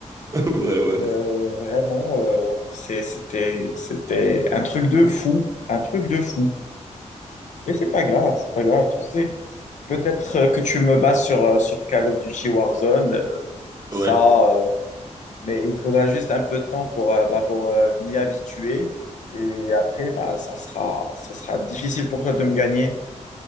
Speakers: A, on the right; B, on the left.
A: Ouais, ouais.
B: Euh, vraiment, euh, c'est- c'était, c'était un truc de fou, un truc de fou. Mais c'est pas grave, c'est pas grave, tu sais. Peut-être euh, que tu me bats sur, euh, sur Call of Duty Warzone, euh, ça,
A: Ouais.
B: euh, mais il faudra juste un peu de temps pour, euh, bah, pour euh, m'y habituer. Et après, bah, ça sera, ça sera difficile pour toi de me gagner.